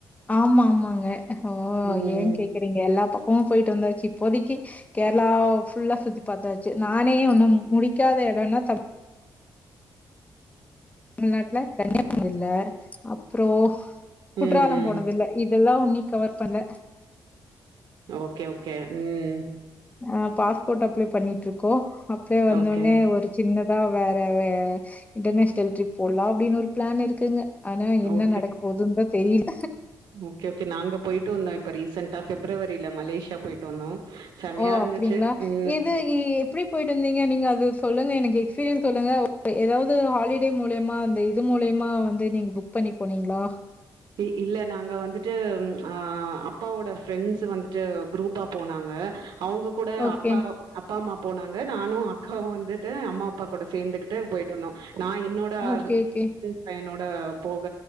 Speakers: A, on the left; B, on the right.
A: ஆமா ஆமாங்க ஓ
B: ம்
A: ஏ கேக்குறீங்க எல்லா பக்க ன் போயிட்டு வந்தாச்சு இப்போதைக்கு கேரளா ஃபுல்லா சுத்தி பாத்தாச்சு நானே ஒன்னு முடிக்காத இடம்னா தமிழ்நாட்டுல கன்னியாகுமரி இல்ல அப்புறோ குற்றாலம்
B: ம் ம்
A: போனது இல்ல இப் இதெல்லா உனி கவர் பண்ணல
B: ஓகே ஓகே ம்
A: ஆ பாஸ்போர்ட் அப்ளே பண்ணிட்டு இருக்கோ அப்பிடியே வந்தோனே
B: ஓகே
A: ஒரு சின்ன தா வேற வே இன்டர்நேஷனல் ட்டிரிப் போலா அப்பிடின் ஒரு பிளான் இருக்குங்க ஆனா என்ன
B: ஓகே
A: நடக்க போதுதா தேயில்
B: ஓகே ஓகே நாங்க போயிட்டு வந்தோ இப்ப ரீசண்டா பிப்ரவரியில மலேஷியா போயிட்டு வந்தோ செமையா
A: ஓ
B: இருந்துச்சு
A: அப்பிடிங்களா
B: ம்
A: எது எப்பிடி போயிட்டு இருந்திங் கி நீங்க அது சொல்லுங்க எனக்கு எஸ்பீரியன் சொல்லுங்க ஏதாவது ஹாலிடே மூலியமா அந்த இது மூலியமா வந்து நீங்க புக் பண்ணி போனீங்களா
B: இ இல்ல நாங்க வந்துட்டு ஆ அப்பாவோட ஃப்ரெண்ட்ஸ் வந்துட்டு குரூப்பா போனாங்க அவுங்க கூட
A: ஓகே.
B: அப்பா அப்பா அம்மா போனாங்க நானு அக்காவு வந்துட்டு அம்மா அப்பா கூட சேர்ந்துக்கிட்டு போயிட்டுந்தோ நா என்னோட
A: ஓகே,
B: ஃப்
A: ஓகே.
B: பையனோ ஆ போக